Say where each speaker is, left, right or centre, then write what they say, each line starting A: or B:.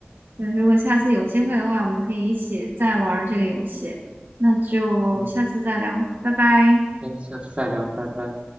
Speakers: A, on the right (about 60°); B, on the right (about 30°).
A: 对，如果下次有机会的话，我们可以一起再玩儿这个游戏。那就下次再聊，
B: 嗯
A: 拜拜。
B: ，OK，下次再聊，拜拜。